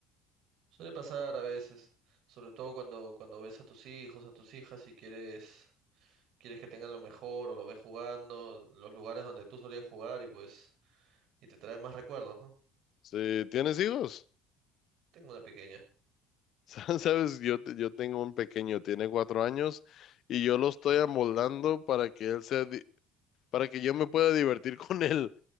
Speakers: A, on the right; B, on the left.
A: Suele pasar a veces, sobre todo cuando, cuando ves a tus hijos, a tus hijas y quieres, quieres que tengan lo mejor o lo ves jugando, los lugares donde tú solías jugar y pues, y te trae más recuerdos, ¿no?
B: Sí, ¿tienes hijos?
A: Tengo una pequeña.
B: <laughs> Sabes, yo, te- yo tengo un pequeño, tiene cuatro años, y yo lo estoy amoldando para que él sea, di- para que yo me pueda divertir <laughs> con él.